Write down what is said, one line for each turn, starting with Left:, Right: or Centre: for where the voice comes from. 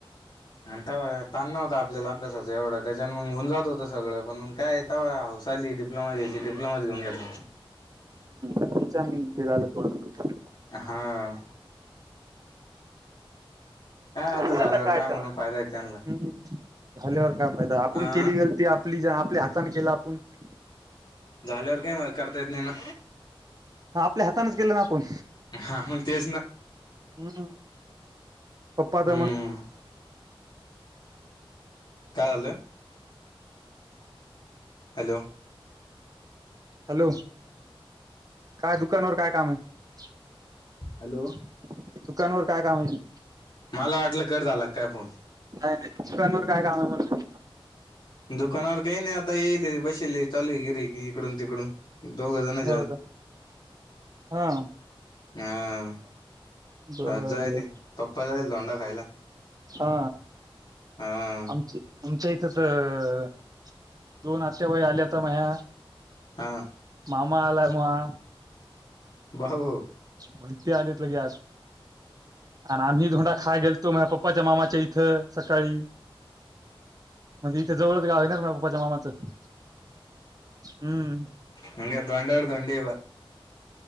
Left: अन तवा ताण नव्हता आपल्याला अभ्यासाचं एवढं त्याच्या मग होऊन जात होत सगळं पण काय तवा हौस आली डिप्लोमा घ्यायची डिप्लोमाच घेऊन घेतलं
Right: <unintelligible> हे झालं थोडं
Left: हां.
Right: काय
Left: आता झाल्यावर
Right: त्याला
Left: म्हणून फायदा आहे त्यांना
Right: झाल्यावर काय फायदा आपण
Left: अ
Right: केली गलती आपली ज आपल्या हातने केला <unintelligible>
Left: झाल्यावर काही करता येत नाही ना
Right: हा आपल्या हातानेच केलं ना- आपण
Left: हा तेच ना,
Right: हम्म, पप्पा
Left: हम्म.
Right: तर म्हण
Left: काय झालं हॅलो.
Right: हॅलो काय दुकानवर काय काम आहे
Left: हॅलो
Right: दुकानावर काय काम आहे
Left: मला वाटलं कट झाला काय फोन
Right: नाही नाही दुकानवर काय काम आहे म्हणलं-
Left: दुकानावर काही नाही आता आता येईल बसले चालू आहे गिऱ्हाईके इकडून तिकडून. दोघजण
Right: का
Left: <unintelligible>
Right: हा
Left: हा.
Right: बर
Left: अ जायली
Right: बर
Left: <unintelligible> <unintelligible> यला.
Right: हा
Left: हा
Right: आमच आमच्या इथ तर दोन आत्याबाई आल्याता मया
Left: हा.
Right: म आलय मवा-
Left: बाबो.
Right: म्हण आलीत ल गे आज- आणि आम्ही धोंडा खाय गेलतो माझ्या पप्पाच्या मामाच्या- या इथं सकाळी- म्हणजे इथे जवळच ग हणार म पप्पाच्या मामाचं- हम्म.
Left: हंग धोंड्यावर धोंडे -